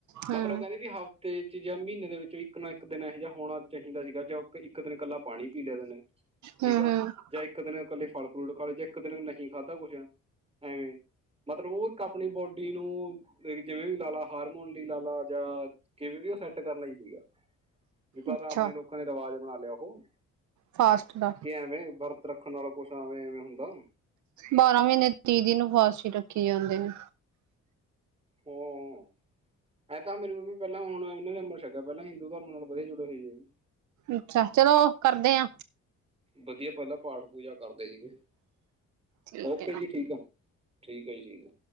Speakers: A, on the right; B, on the right.
A: ਹਮ
B: ਮਤਲਬ ਕਹਿੰਦੇ ਵੀ ਹਫ਼ਤੇ ਚ ਜਾਂ ਮਹੀਨੇ ਦੇ ਵਿੱਚ ਵੀ ਇੱਕ ਦਿਨ ਇਹੋ ਜਿਹਾ ਹੋਣਾ ਚਾਹੀਦਾ ਸੀਗਾ ਜੋ ਇੱਕ ਦਿਨ ਇਕੱਲਾ ਪਾਣੀ ਪੀ ਲਿਆਦੇ ਨੇ। ਠੀਕ
A: ਹਮ
B: ਆ
A: ਹਮ
B: ਜਾਂ ਇੱਕ ਦਿਨ ਇਕੱਲੇ ਫਲ ਫਰੂਟ ਖ ਲਈ ਜਾਂ ਇੱਕ ਦਿਨ ਨਹੀਂ ਖਾਧਾ ਕੁਛ ਐਵੇਂ ਮਤਲਬ ਉਹ ਇੱਕ ਆਪਣੀ ਬੋਡੀ ਜਿਵੇਂ ਵੀ ਲਾ ਲਾ ਹਾਰਮੋਨ ਲਈ ਲਾ ਲਾ ਜਾਂ ਕਿਵੇਂ ਵੀ ਉਹ ਸੈਟ ਕਰਨ ਲਈ ਸੀਗਾ। ਵੀ ਪਰ
A: ਅੱਛਾ
B: ਆਪਣੇ ਲੋਕਾਂ ਦੇ ਰਿਵਾਜ਼ ਬਣਾ ਲਿਆ ਉਹ
A: ਫਾਸਟ ਦਾ
B: ਕਿ ਐਵੇਂ ਵਰਤ ਰੱਖਣ ਨਾਲ ਕੁਛ ਐਵੇਂ ਐਵੇਂ ਹੁੰਦਾ।
A: ਬਾਰਾਂ ਮਹੀਨੇ ਤੀ ਦੀਨ ਫਾਸ ਰੱਖੀ ਜਾਂਦੇ ਨੇ
B: ਹਮ, ਇਹ ਤਾਂ ਮੇਰੀ ਮੰਮੀ ਪਹਿਲਾਂ ਹੁਣ ਨਾ ਅਮ੍ਰਿਤ ਸ਼ਕਿਆ ਪਹਿਲਾਂ ਹਿੰਦੂ ਧਰਮ ਨਾਲ ਵਧੀਆ ਜੁੜੇ ਹੋਏ ਸੀ।
A: ਅੱਛਾ ਚਲੋ ਕਰਦੇ ਹ
B: ਵਧੀਆ ਪਹਿਲਾ ਪਾਠ ਪੂਜਾ ਕਰਦੇ ਸੀਗੇ
A: ਠੀਕ
B: ਓਕੇ
A: ਹੈ
B: ਜੀ ਠੀਕ ਆ ਠੀਕ ਆ ਜੀ ਠੀਕ ਆ।